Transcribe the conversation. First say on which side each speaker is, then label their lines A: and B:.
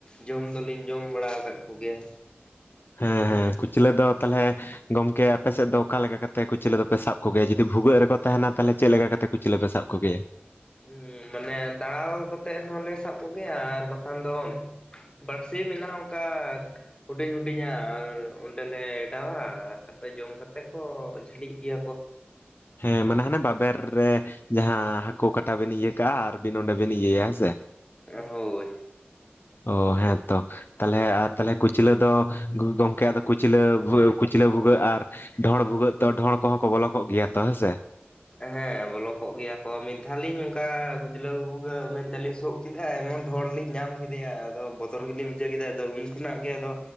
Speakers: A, on the left; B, on the left.
A: ᱡᱚᱢ ᱫᱚ ᱞᱤᱧ ᱡᱚᱢ ᱵᱟᱲᱟ ᱟᱠᱟᱫ ᱠᱚ ᱜᱮᱭᱟ ᱾
B: ᱦᱮᱸ ᱦᱮᱸ ᱠᱩᱪᱞᱟᱹ ᱫᱚ ᱛᱟᱦᱚᱞᱮ ᱜᱚᱝᱠᱮ ᱟᱯᱮ ᱥᱮᱫ ᱫᱚ ᱚᱠᱟ ᱞᱮᱠᱟ ᱠᱟᱛᱮ ᱠᱩᱪᱞᱟᱹ ᱫᱚ ᱯᱮ ᱥᱟᱵ ᱠᱚ ᱜᱮᱭᱟ ᱡᱩᱫᱤ ᱵᱷᱩᱜᱟᱹᱜ ᱨᱮ ᱠᱚ ᱛᱟᱦᱮᱱᱟ ᱛᱟᱦᱞᱮ ᱪᱮᱫ ᱞᱮᱠᱟ ᱠᱟᱛᱮ ᱠᱩᱪᱼ ᱩᱪᱞᱟ. ᱯᱮ ᱥᱟᱵ ᱠᱚ ᱜᱮᱭᱟ
A: ᱩᱦ ᱢᱟᱱᱮ ᱛᱟᱲᱟᱣ ᱠᱟᱛᱮᱜ ᱦᱚᱞᱮ ᱥᱟᱵ ᱠᱚ ᱜᱮᱭᱟ ᱟᱨ ᱵᱟᱠᱷᱟᱱ ᱫᱚ ᱵᱟᱲᱥᱤ ᱢᱮᱱᱟᱜᱼᱟ ᱚᱱᱠᱟ ᱦᱩᱰᱤᱧ ᱦᱩᱰᱤᱧᱟᱜ ᱟᱨ ᱚᱸᱰᱮᱞᱮ ᱮᱸᱰᱟᱣᱟ ᱛᱟᱨᱯᱚᱨᱮ ᱡᱚᱢ ᱠᱟᱛᱮ ᱠᱚ ᱡᱷᱟᱞᱤᱜ ᱜᱮᱭᱟ ᱠᱚ
B: ᱦᱮᱸ ᱢᱟᱱᱮ ᱦᱟᱱᱮ ᱵᱟᱵᱮᱨ ᱨᱮ ᱡᱟᱦᱟᱸ ᱦᱟᱹᱠᱩ ᱠᱟᱴᱟ ᱵᱮᱱ ᱤᱭᱟᱹ ᱠᱟᱜᱼᱟ ᱟᱨ ᱵᱤᱱ ᱚᱸᱰᱮ ᱵᱮᱱ ᱤᱭᱟᱹᱭᱟ ᱦᱮᱸᱥᱮ
A: ᱦᱳᱭ
B: ᱚ ᱦᱮᱸ ᱛᱚ ᱛᱟᱦᱞᱮ ᱟᱨ ᱛᱟᱦᱞᱮ ᱠᱩᱪᱞᱟᱹ ᱫᱚ ᱜᱩ ᱜᱚᱝᱠᱮ ᱟᱫᱚ ᱠᱩᱪᱞᱟᱹ ᱠᱩᱪᱞᱟᱹ ᱵᱷᱩᱜᱟᱹᱜ ᱟᱨ ᱰᱷᱚᱲ ᱵᱷᱩᱜᱟᱹᱜ ᱛᱚ ᱰᱷᱚᱲ ᱠᱚᱦᱚᱸ ᱠᱚ ᱵᱚᱞᱚ ᱠᱚᱜ ᱜᱮᱭᱟ ᱛᱚ ᱦᱮᱸᱥᱮ
A: ᱦᱮᱸ ᱵᱚᱞᱚ ᱠᱚᱜ ᱜᱮᱭᱟ ᱠᱚ ᱢᱤᱫ ᱫᱷᱟᱣ ᱞᱤᱧ ᱚᱱᱠᱟ ᱜᱩᱡᱽᱞᱟᱹ ᱵᱷᱩᱜᱟᱜ ᱢᱮᱱᱛᱮ ᱞᱤᱧ ᱥᱳᱜ ᱠᱮᱫᱟ ᱮᱢᱚᱱ ᱰᱷᱚᱲ ᱞᱤᱧ ᱧᱟᱢ ᱠᱮᱫᱮᱭᱟ ᱟᱫᱚ ᱵᱚᱛᱚᱨ ᱜᱮᱞᱤᱧ ᱵᱩᱡᱷᱟᱹᱣ ᱠᱮᱫᱟ ᱟᱫᱚ ᱩᱱ ᱠᱷᱚᱱᱟᱜ ᱜᱮ ᱟᱫᱚ